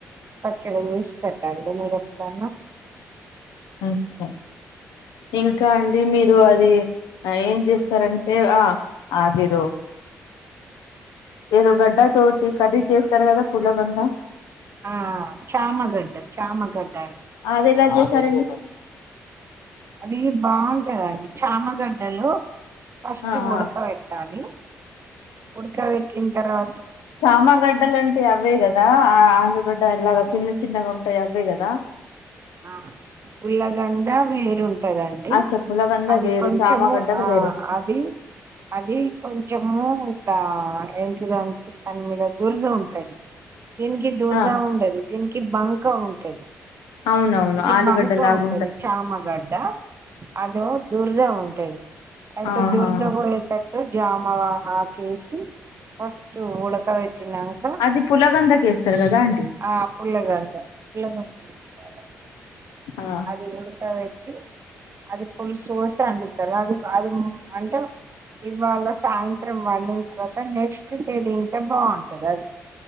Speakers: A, on the right; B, on the left.
A: <unintelligible> చేశి పెడతా <inaudible> అండి మీరు ఎప్పుడన్నా.
B: అఛ్చ ఇంకా అండి మీరు అదీ ఆ ఏం చేస్తారంటే ఆ అదేదో ఏదో గడ్డ తోటి కర్రీ చేస్తారు గదా పులగం లా
A: ఆ చామగడ్డ చామగడ్
B: అదెలా చేస్తారండి?
A: అది బావుంటదండి చామగడ్డలో ఫస్ట్
B: ఆహా
A: ఉడక బెట్టాలి ఉడకబెట్టిన తర్వా
B: చామగడ్డలొన్ అంటే అవే గదా ఆ ఆలుగడ్డ లాగా చిన్న చిన్నగా ఉంటాయి అవే గదా
A: ఆ ఉల్లగంజ వేరు ఉంటదండి.
B: ఆ చెప్పులగంద
A: అది
B: వేరు
A: కొంచెము
B: చామగడ్డలు
A: ఆ
B: వేరు
A: అది అది కొంచెము ఆ ఎంటిదంటే దాని మీద దుర్ధ ఉంటది. దీనికి దురద
B: ఆ
A: ఉండది దీనికి బంకా ఉంటది.
B: అవునవును
A: ఇది
B: ఆలుగడ్డ
A: బంక
B: లాగా
A: ఉంటది చామగడ్డ. అదేమో దురద ఉంటది అయితే
B: ఆహా
A: దురద పోయేటట్టు జామ వా ఆ కేేసి ఫస్ట్ ఉడక బెట్టినాంక
B: అది పులగందకి వేస్తారు కదా ఆంటీ
A: ఆ పుల్లగుంది పుల్లగుంది <unintelligible>
B: ఆ
A: అది గూడ కాయ్ అది పులుసు పోసి వండుతారు అది అది ఊమ్ అంటే ఇవ్వాళ సాయంత్రం వండిన తర్వాత నెక్స్ట్ డే తింటే బాగుంటది అది